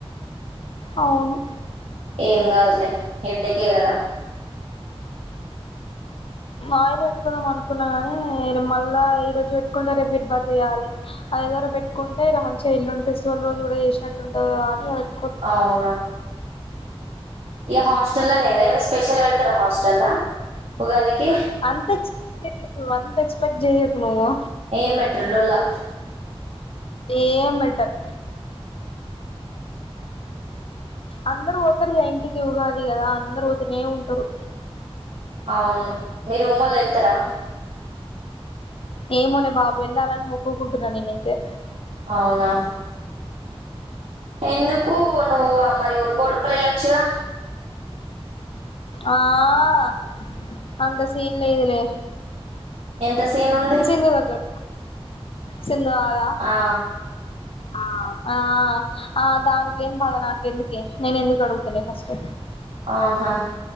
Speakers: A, on the left (about 60°); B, on the right (about 80°).
A: అవును
B: ఏం గాదులే హెడ్డెకె గదా
A: ఆయిల్ పెట్టుకుందాం అనుకున్న గాని మళ్ళా ఈ రోజు పెట్టుకుంటే రేపు హెడ్ బాత్ చేయాలి అ దర పెట్టుకుంటె ఇగ మంచి ఎల్లుండి ఫెస్టివల్ రోజ గూడా చేసినట్టుంటది గా అని ఇగ పె
B: అవునా ఇగ హాస్టల్ల్లోనే గదా ఏమైనా స్పెషల్ పెడతారా హాస్టల్ల్ల ఉగాదికి
A: అంత ఎక్సపెక్ట్ అంత ఎక్స్పెక్ట్ చేయకు నువ్వు
B: ఎమ్ బెట్టరు డొల్లా
A: ఏమ్ బెట్టర్ అందరూ పోతరు గా ఇంటికి ఉగాది గదా అందరూ పోతనే ఉంటరు
B: అవును మీ రుమోళ్లు ఎళ్తారా
A: ఏమోనే బాబు ఎళ్ళాలని మొక్కుకుంటున్న నేనైతే
B: అవునా ఎందుకు నువ్వు అ మరి ఒడ్బొడు ప్పల్ ఎళొచ్చుగా
A: ఆహ్ అంత సీన్ లేదులే
B: ఎంత సీన్ ఉంది
A: సింధు దగ్గర సింధు గాదా
B: ఆ
A: ఆహ్ అ దానికిలేని బాద నాకెందుకే నేనేందుకడుగుతనే ఫస్ట్
B: ఆహా